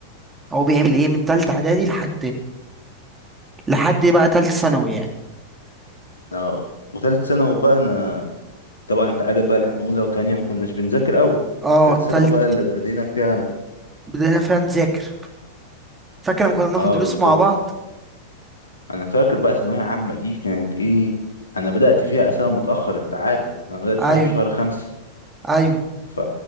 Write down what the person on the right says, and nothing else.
هو بيعمل ايه من تالتة اعدادي لحد لحد بقى تالتة ثانوي يعني
اه
تالت
بدأنا فعلا نذاكر فاكر لما كنا بناخد
دروس
مع بعض
ايوه
ايوه